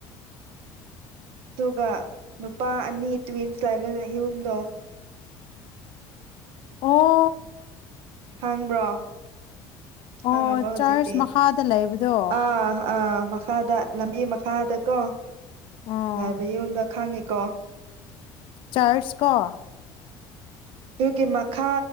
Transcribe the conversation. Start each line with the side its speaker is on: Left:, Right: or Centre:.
Right: ꯑꯗꯨꯒ ꯅꯨꯄꯥ ꯑꯅꯤ ꯇ꯭ꯋꯤꯟꯁ ꯂꯩꯕ ꯌꯨꯝꯗꯣ
Left: ꯑꯣ
Right: ꯈꯪꯕ꯭ꯔꯣ
Left: ꯑꯣ
Right: ꯈꯪꯉꯕꯣ ꯍꯧꯖꯤꯛꯇꯤ
Left: ꯆꯔꯆ ꯃꯈꯥꯗ ꯂꯩꯕꯗꯣ
Right: ꯑꯥ ꯑꯥ ꯃꯈꯥꯗ ꯂꯝꯕꯤ ꯃꯈꯥꯗꯀꯣ
Left: ꯑꯣ
Right: ꯂꯥꯏꯕ ꯌꯨꯝꯗꯣ ꯈꯪꯉꯤ ꯀꯣ
Left: ꯆꯔꯁ ꯀꯣ <inaudible>
Right: ꯗꯨꯒꯤ ꯃꯈꯥ